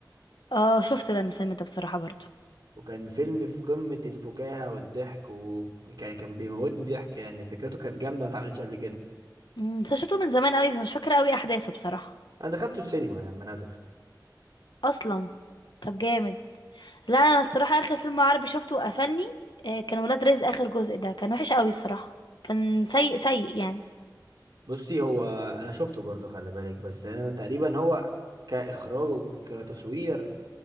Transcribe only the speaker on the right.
وكان فيلم في قمة الفكاهة والضحك وكان كان بيموتني ضحك يعني فكرته كانت جامدة ما اتعملتش قبل كده
أنا دخلته السينما لما نزل
بصي هو انا شفته برضو خلي بالك بس انا تقريبا هو كاخراج وكتصوير